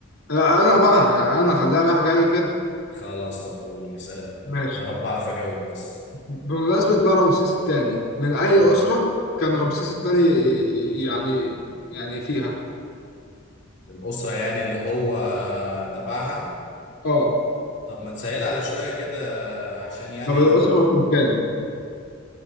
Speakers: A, on the left; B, on the left.
A: آه، انا بقى يعني انا خليها رايح جاي كده
B: خلاص طب قول اسالني
A: ماشي
B: يا رب اعرف اجاوب بس
A: بمناسبة بقى رمسيس الثاني من أي
B: مم.
A: أسرة كان رمسيس الثاني يعني يعني فيها؟
B: الاسرة يعني اللي هو تبعها
A: اه
B: طب ما تسهل على شوية كده عشان يعني
A: طب الأسرة
B: انا
A: رقم كام؟